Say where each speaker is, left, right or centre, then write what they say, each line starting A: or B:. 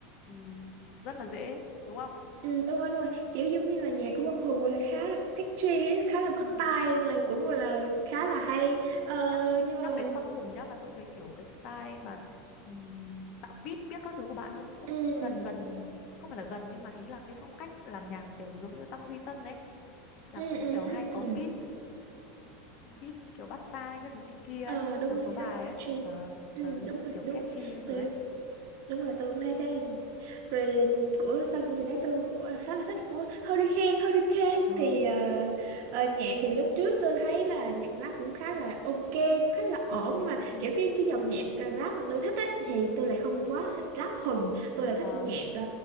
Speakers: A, on the left; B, on the right.
A: ừm, rất là dễ đúng không
B: Ừ, đúng rồi, đúng rồi. Kiểu giống như là nhạc của Quang Hùng gọi là khá là catchy, ấy, khá là bắt
A: ừ,
B: tai, là
A: ừ.
B: cũng gọi là khá là hay. Ờ,
A: nhắc
B: nhưng
A: nhắc
B: mà...
A: đến Quang Hùng nhá là tôi thấy kiểu cái style mà ừm, tạo beat biết các thứ của bạn nó cũng
B: Ừ,
A: gần
B: ừ,
A: gần không phải là gần nhưng mà ý là cái phong cách làm nhạc kiểu giống như Tăng Duy Tân ấy là
B: ừ,
A: cũng
B: ừ.
A: kiểu hay
B: ừ.
A: có beat beat kiểu bắt tai các thứ này kia ấy
B: Ờ, đúng
A: một
B: rồi,
A: số bài
B: khá là catchy.
A: ấy ờ
B: Ừ,
A: ờ,
B: đúng
A: gọi là
B: rồi,
A: kiểu
B: đúng
A: catchy các
B: rồi.
A: thứ ấy
B: đúng rồi tôi cũng thấy thế rồi ừ, của sau chương trình đấy tôi cũng ờ, khá là thích của Hurricane Hurricane
A: ờ
B: thì ờ, ờ, nhạc thì lúc trước tôi thấy là nhạc rap cũng khá là ok cũng khá là
A: ừ
B: ổn nhưng mà
A: ừ
B: kiểu cái cái dòng nhạc ờ, rap mà tôi thích ấy, thì tôi lại không quá là thích rap thuần tôi lại thích
A: ờ
B: nhạc ờ,